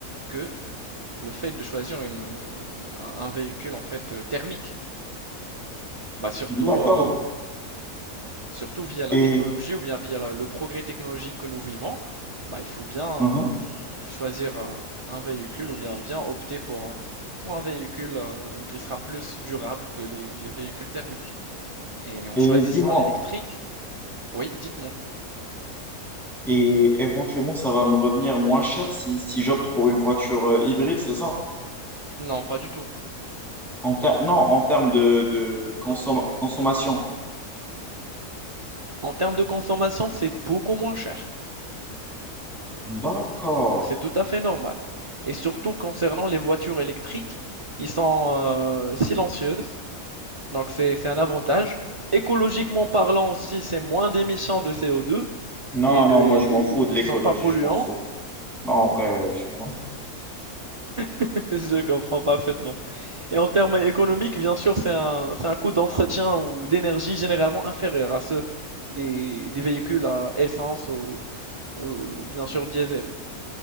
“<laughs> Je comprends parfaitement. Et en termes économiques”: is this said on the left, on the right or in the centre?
Right